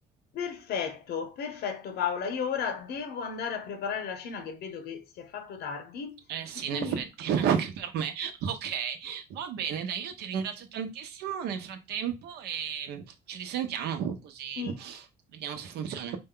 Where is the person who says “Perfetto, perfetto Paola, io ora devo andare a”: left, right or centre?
Left